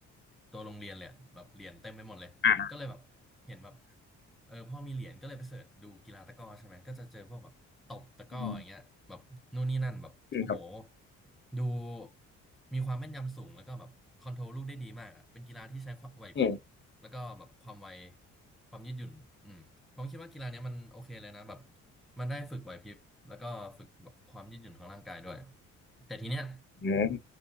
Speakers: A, in the centre; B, on the left.
A: ตัวโรงเรียนเลยอะแบบเหรียญเต็มไปหมดเลย
B: อ่า
A: ก็เลยแบบเห็นแบบเออพ่อมีเหรียญก็เลยไปเสิร์ชดูกีฬาตะกร้อใช่ไหมก็จะเจอพวกแบบตบตะกร้ออย่างเงี้ยแบบนู่นนี่นั่นแบบโอ้โห
B: อืมอืมครับ
A: ดูมีความแม่นยำสูงแล้วก็แบบคอนโทรลลูกได้ดีมากอ่ะเป็นกีฬาที่ใช้ความไหวพริบแล้วก็แบบความไว
B: อืม
A: ความยืดหยุ่นอืมผมคิดว่ากีฬาเนี้ยมันโอเคเลยนะแบบ มันได้ฝึกไหวพริบแล้วก็ฝึกแบบความยืดหยุ่นของร่างกายด้วยแต่ทีเนี้ย
B: อืม